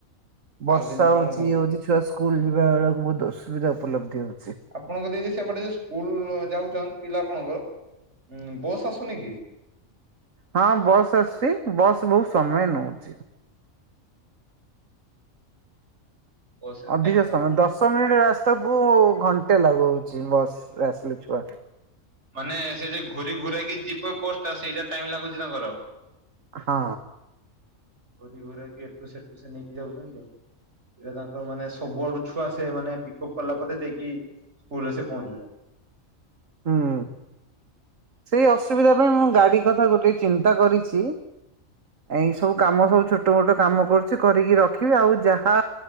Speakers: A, on the right; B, on the right.
A: ବର୍ଷା
B: ଆଉ ଦିଦି
A: ହଉଛି
B: କଣ କହୁଛ
A: ଇ ହଉଛି ଛୁଆ ସ୍କୁଲ ଯିବା ବେଳକୁ ବହୁତ ଅସୁବିଧା ଉପଲବ୍ଧ ହଉଛି।
B: ଆପଣଙ୍କ ଦିଦି ସେପଟେ ଯ ସ୍କୁଲ ଯାଉଛନ୍ ପିଲା ଆପଣଙ୍କର ଉ ବସ୍ ଆସୁନି କି?
A: ହଁ ବସ୍ ଆସୁଚି ବସ୍ ବହୁତ ସମୟ ନଉଚି।
B: ବସ୍ ରେ
A: ଅଧିକ
B: ଟାଇମ୍ ଲାଗୁ
A: ସମୟ ଦଶ ମିନିଟ ରାସ୍ତାକୁ ଘଣ୍ଟେ ଲାଗଉଚି ବସରେ ଆସିଲେ ଛୁଆ ଟା
B: ମାନେ ସେ ଯଉ ଘୁରୀ ଘୁରାକି ଯିବ ପୋଷ୍ଟ ଟା ସେଇଟା ଟାଇମ ଲାଗୁଛି ତାଙ୍କର
A: ହଁ।
B: ଘୋରି ଘୁରା କିି ଏଠୁ ସେଠୁ ସେ ନେଇକି ଯାଉଛନ୍ତି ଆଉ ସେ ତାଙ୍କର ମାନେ ସବୁଆଡୁ ଛୁଆ ସେମାନେ ପିକଅପ୍ କଲା ପରେ ଯାଇକି ସ୍କୁଲ ରେ ସେ ପହଁଚୁଛନ୍ତି।
A: ହୁଁ ଉଁ ସେଇ ଅସୁବିଧା ପାଇଁ ମୁଁ ଗାଡି କଥା ଗୋଟେ ଚିନ୍ତା କରିଚି ଏଇସବୁ କାମ ସବୁ ଛୋଟମୋଟ କାମ କରୁଚି କରିକି ରଖିବି ଆଉ ଯାହା